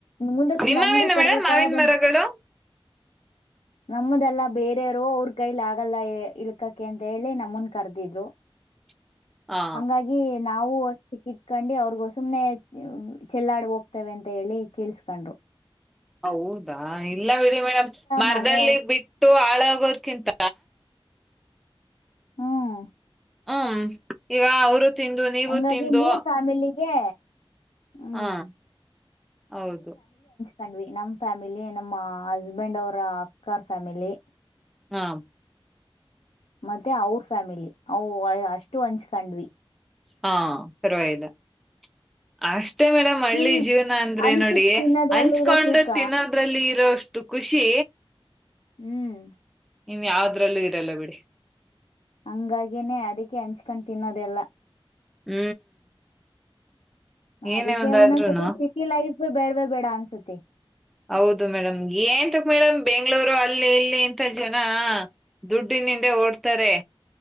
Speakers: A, on the left; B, in the centre.
A: ಮುಂದಕ್ಕೆ
B: ನಿಮ್ಮವೇನ
A: ನಮಗೂ ಕೊಡ್ಬೇಕದಂತ
B: ಮೇಡಮ್ ಮಾವಿನ ಮರಗಳು
A: ನಮ್ಮದೆಲ್ಲ ಬೇರೆಯವರು ಅವ್ರ ಕೈಲಿ ಆಗಲ್ಲ ಇಳ್ಕಕ ಅಂತ ಹೇಳಿ ನಮ್ಮನ್ ಕರ್ದಿದ್ರು
B: <inaudible> ಹಾ
A: ಹಂಗಾಗಿ ನಾವು ಅಷ್ಟಕ್ಕಿತ್ಕೊಂಡು ಅವ್ರಗ ಸುಮ್ನೆ ಚೆಲ್ಲಾಡ ಹೋಗ್ತೇವೆ ಅಂತ ಹೇಳಿ ಕೇಳ್ಸ್ಕೊಂಡರು
B: ಹೌದಾ ಇಲ್ಲ ಬಿಡಿ ಮೇಡಂ ಮರದಲ್ಲಿ
A: ಮನೆ
B: ಬಿಟ್ಟು ಆಳಾಗೋದ್ಕಿಂತ
A: ಹ್ಮ್
B: ಹ್ಮ್ ಈವ ಅವರು ತಿಂದು ನೀವು
A: ಹಂಗಾಗಿ
B: ತಿಂದು
A: ಮೂರ್ ಫ್ಯಾಮಿಲಿಗೆ ಹ್ಮ್
B: ಹಾ ಹೌದು
A: ಕಂಡ್ವಿ ನಮ್ ಫ್ಯಾಮಿಲಿ ನಮ್ಮ ಹಸ್ಬೆಂಡ್ ಅವರ ಅಕ್ಕ ಫ್ಯಾಮಿಲಿ
B: ಹಾ
A: ಮತ್ತೆ ಅವ್ರ ಫ್ಯಾಮಿಲಿ ಅ ಅಷ್ಟು ಹಂಚ್ಕಂಡ್ವಿ
B: ಹಾ ಪರ್ವಾಗಿಲ್ಲ ಅಷ್ಟ ಅಷ್ಟೇ ಮೇಡಂ ಹಳ್ಳಿ
A: ತಿನ್
B: ಜೀವನ ಅಂದ್ರೆ
A: ಹಂಚಿ
B: ನೋಡಿ
A: ತಿನ್ನೋದ್ರಲ್ಲಿ
B: ಹಂಚ್ಕೊಂಡು
A: ಇರೋ ಸುಖ
B: ತಿನ್ನೋದ್ರಲ್ಲಿ ಇರೋಷ್ಟು ಖುಷಿ
A: ಹ್ಮ್
B: ಇನ್ಯದ್ರಲ್ಲೂ ಇರಲ್ಲ ಬಿಡಿ
A: ಹಂಗಾಗಿನೆ ಅದಕ್ಕೆ ಹಂಚ್ಕೊಂಡ್ ತಿನ್ನೋದೆಲ್ಲ
B: ಹ್ಮ್ ಏನೇ
A: ಅದಕ್ಕೆ
B: ಒಂದಾದ್ರುನು
A: ಒಂದನ್ಸತಿ ಸಿಟಿ ಲೈಫ್ ಬೇಡವೇ ಬೇಡ ಅನ್ಸತಿ
B: ಹೌದು ಮೇಡಂ ಏನ್ಂತಕ್ ಮೇಡಮ್ ಬೆಂಗಳೂರು ಅಲ್ಲಿ ಇಲ್ಲಿ ಇಂತ ಜನ ದುಡ್ಡ ನಿಂದೆ ಓಡ್ತಾರೆ